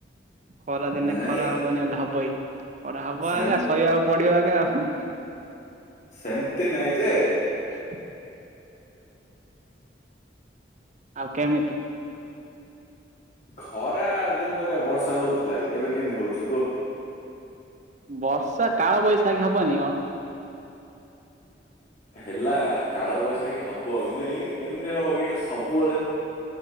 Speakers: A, on the right (about 40°); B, on the left (about 40°).
A: ଖରାଦିନେ
B: ନାଇଁ
A: ଖରା ହବନି ହେଲେ ହବଇ ଖରା ହବ
B: ସେମ୍
A: ଆଗା ସହିବାକୁ ପଡିବ ଆଗା ଅହଁ।
B: ସେମତି ନାଇଁ ଯେ।
A: <unintelligible> ଆଉ କେମିତି
B: ଖରା ଦିନରେ ବର୍ଷା ହଉଥିଲା କି ଏବେ କେମିତି ହଉଛି କୁହ
A: ବର୍ଷା କାଳ ବୈଶାଖୀ ହବନି କଣ?
B: ହେଲା କାଳ ବଇଶାଖି କି ହବ କିନ୍ତୁ ଏମିତି ହବ କି ସବୁବେଳେ?